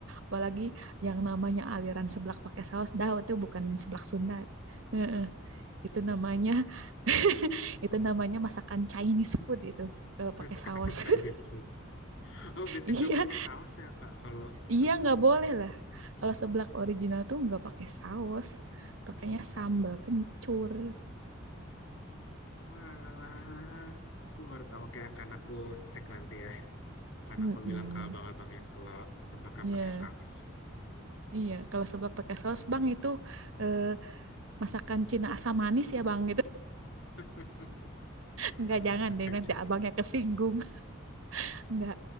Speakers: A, on the right; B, on the left.
A: Apalagi yang namanya aliran seblak pakai saus dah itu bukan seblak Sunda. Heeh. Itu namanya <laughs> itu namanya masakan Chinese food itu kalau
B: Masak
A: pakai saus.
B: Chinese
A: <laughs>
B: food. Oh biasanya
A: Iya,
B: nggak pakai saus ya Kak kalau
A: iya
B: seblak.
A: nggak boleh lah. Kalau seblak original tuh nggak pakai saus, pakainya sambal kencur.
B: Walah, aku baru tahu. Oke, akan aku cek nanti ya. Akan
A: Mm-mm.
B: aku bilang ke abang-abangnya kalau seblaknya
A: Iya,
B: pakai saus.
A: iya. Kalau seblak pakai saus, Bang, itu eh, masakan Cina asam manis ya, Bang.
B: <laughs>
A: Enggak, jangan
B: Masak
A: deh
B: Chinese.
A: nanti abangnya kesinggung. <laughs> Enggak.